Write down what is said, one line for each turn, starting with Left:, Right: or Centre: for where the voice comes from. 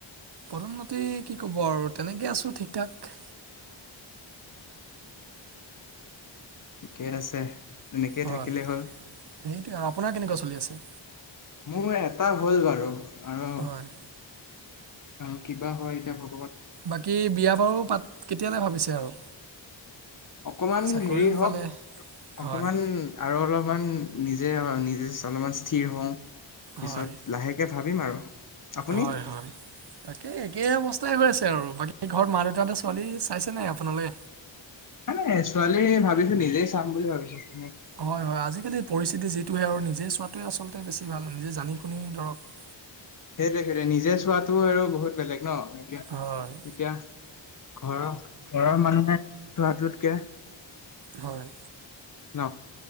Right: প্ৰদন্নতি কি কব আৰু তেনেকে আছো ঠিক ঠাক।
Left: ঠিকে আছে। তেনেকেই
Right: হয়',
Left: থাকিলে হ'ল।
Right: সেইটোয়ে আৰু আপোনাৰ কেনেকুৱা চলি আছে?
Left: মোৰ এটা হ'ল বাৰু আৰু
Right: হয়
Left: আৰু কিবা হয় যাব।
Right: বাকী বিয়া বাৰু পাত, কেতিয়ালৈ ভাবিছে আৰু?
Left: অকমান
Right: চাকৰিও
Left: হেৰি
Right: পালে
Left: হওঁক
Right: হয়
Left: অকমান আৰু অলপমান নিজে, নিজে অলপমান স্থিৰ হওঁ,
Right: হয়
Left: পিছত লাহেকে ভাবিম আৰু। আপুনি?
Right: হয়, হয় তাকেই একে অবচ গৈ আছে আৰু, বাকী ঘৰত মা, দেউতাহঁতে ছোৱালী চাইছে নাই আপোনালে?
Left: <unintelligible> ছোৱালী ভাবিছোঁ, নিজেই চাম বুলি ভাবিছোঁ।
Right: হয় হয় আজিকালি পৰিস্থিতি যিটোহে আৰু নিজে চোৱাটোৱে আচলতে বেছি ভাল নিজে জানি শুনি ধৰক
Left: সেইটোৱ সেই নিজে চোৱাতটো আৰু বহুত বেলেগ ন' এতিয়া এতিয়া
Right: হয়
Left: ঘৰৰ, ঘৰৰ মানুহে চোৱাটোতকে
Right: হয়।
Left: ন'